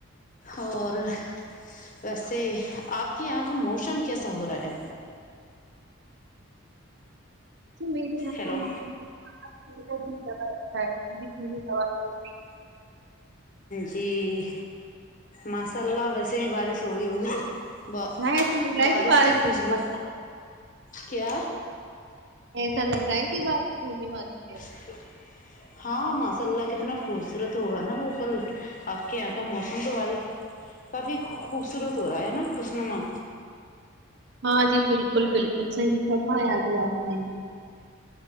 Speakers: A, on the left; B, on the right.
A: اور ویسے آپ کے یہاں کا موسم کیسا ہو رہا ہے
B: تو میرری یہاں
A: ہیلو
B: کا موسم بےحد ہی زیادہ اچھا ہے ٹھنڈی ٹھنڈی ہوائے چال رہی ہے
A: جی ماشاءاللہ ویسے بھی بارش ہو گئی ہوگی تو
B: ہاں ایسا لگ رہا
A: بارش
B: ہے کہ
A: کی خوشبو
B: ہونے والی
A: کیا
B: ایسا لگ رہا ہے کہ بارش ہونے والی ہے
A: ا ہاں ماشاء اللہ کتنا خوبصورت ہوگا نا وہ پل آپ کے یہاں کا موسم تو بارش کافی خوبصورت ہو رہا ہے نا خوشنما
B: ہاں جی بالکل بالکل صحیح فرمایا جی آپ نے